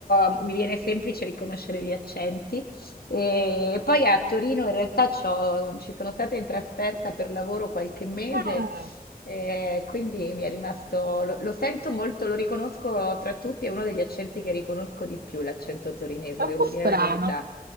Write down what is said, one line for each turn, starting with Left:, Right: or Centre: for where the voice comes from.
Left: eh, mi viene semplice riconoscere gli accenti. E poi a Torino in realtà c'ho- ci sono stata in trasferta per lavoro qualche mese,
Right: <laughs>
Left: eh, quindi mi è rimasto, lo, lo sento molto, lo riconosco tra tutti, è uno degli accenti che riconosco di più, l'accento torinese,
Right: È
Left: devo
Right: un po' strano.
Left: dire la verità.